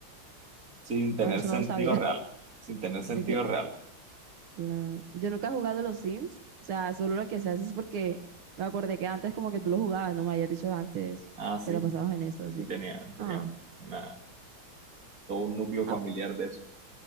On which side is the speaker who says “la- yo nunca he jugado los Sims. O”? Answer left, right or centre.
Right